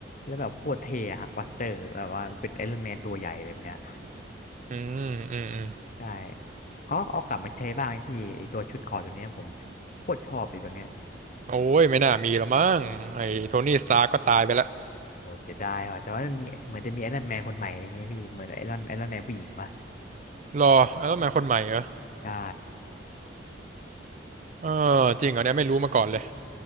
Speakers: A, on the left; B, on the right.
A: แล้วแบบโคตรเท่อะฮังบัสเตอร์แบบว่ามันเป็นไอรอนแมนตัวใหญ่เลยแบบเนี้ย
B: อืมอืมอืม
A: ใช่เขาเอากลับมาใช้บ้างไหมพี่ไอตัวชุดเกราะตัวเนี้ยผมโคตรชอบเลยตัวเนี้ย
B: โอ้ยไม่น่ามีแล้วมั้งไอ้โทนี่สตาร์ก็ตายไปแล้ว
A: โอ้เสียดายว่ะแต่ว่ามันมีเหมือนจะมีไอรอนแมนคนใหม่อะไรเงี้ยพี่เหมือนไอรอนไอรอนแมนผู้หญิงปะ
B: รอแล้วทำไมคนใหม่เหรอ
A: ใช่
B: เออจริงเหรอเนี่ยไม่รู้มาก่อนเลย